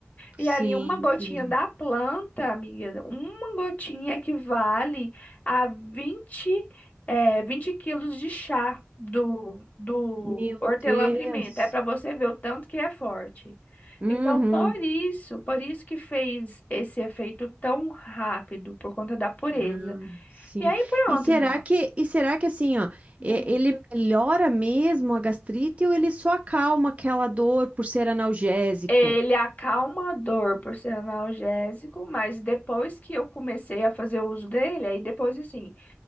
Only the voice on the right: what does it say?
sim,
entendi.
Meu
Deus.
Uhum.
Ah, sim.
E será
que, e será que assim, ó,
e- ele melhora mesmo a gastrite ou ele só acalma aquela dor por ser analgésico?